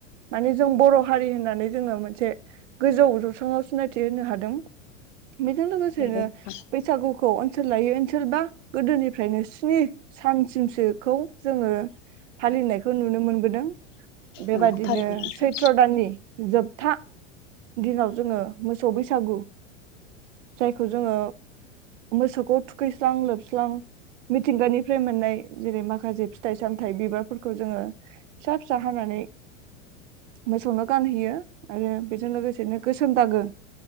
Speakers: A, on the right (about 70°); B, on the left (about 75°).
A: माने जों बर' हारि होननानै जोङो मोनसे गोजौ जौसाङाव सिनायथि होनो हादों । बेजों लोगोसेनो
B: नंगौ नोंथां
A: बैसागु खौ ओनसोल लायो ओनसोलबा गोदोनिफ्रायनो स्नि सानसिमसोखौ जोङो फालिनायखौ नुनो मोनबोदों । बेबायादिनो
B: ओं थारैनो नोंथां
A: सैथ्र' दाननि जोबथा दिनाव जोङो मोसौ बैसागु जायखौ जोङो मोसौखौ थुखैस्रां लोबस्रां मिथिंगानिफ्राय मोननाय जेरै माखासे फिथाइ सामथायाइ बिबारफोरखौ जोङो फिसा फिसा हानानै मोसौनो गानहैयो आरो बेज बेजों लोगोसेनो गोसोम दागो